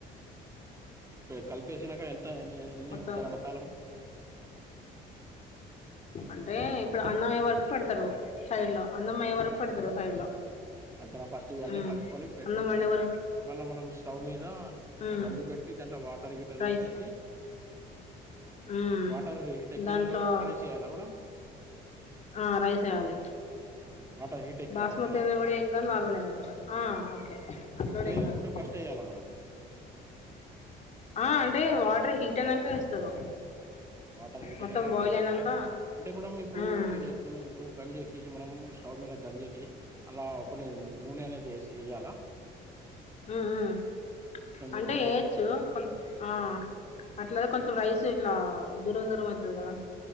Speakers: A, on the right; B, on the left.
A: కలిపేసినంకా ఎంత ఎన్ని
B: మొత్తం
A: గంటలు పక్కన పెట్టాలి
B: అంటే ఇప్పుడు అన్నం అయ్యే వరకు పెడుతరు సైడ్ లో అన్నం అయ్యే వరకు పెడుతారు సైడ్ లో
A: అచ్చ ఫస్ట్ ఇవన్నీ
B: ఉమ్
A: కలుపుకొని పెట్టేసి
B: అన్నం వండే వరకు
A: మళ్ళ మనం స్టవ్ మీద
B: ఉమ్
A: గంజు పెట్టి దాంట్లో వాటర్
B: రైస్
A: వేసేసి
B: ఉమ్
A: వాటర్ హీట్ ఎక్కిన
B: దాంట్లో
A: తర్వాత రైస్ ఏయాలా మేడం
B: ఆ రైస్ వేయాలి
A: వాటర్ హీట్ ఎక్కిన
B: బాస్మతి
A: తర్వాతనా?
B: అయిన కూడా ఏం కాదు నార్మల్ అయిన ఏం కాదు ఆ ఓకే అట్ల కూడా
A: లేకుంటే
B: ఏం కాదు
A: ఫస్ట్ ఎయాలా మేడం?
B: ఆ అంటే వాటర్ హీట్ అయినాక వేస్తారు
A: వాటర్ హీట్
B: మొత్తం
A: అయినాక
B: బాయిల్
A: ర్రైస్ వేయ్యాలా
B: అయినాక
A: అంటే మడ ఇప్పుడు
B: ఉమ్
A: మీరు చెప్తున్నా ఇప్పుడు గంజుకి మనం స్టవ్ మీద గంజు కి అలా కొంచెం నూనె అనేది వేయ్యాల
B: మ్మ్ అంటే
A: నూనె
B: ఏయొచ్చు కొంచెం ఆ అట్లా కొంచెం రైస్ ఇట్లా దూరం దూరం అవుతుంది కదా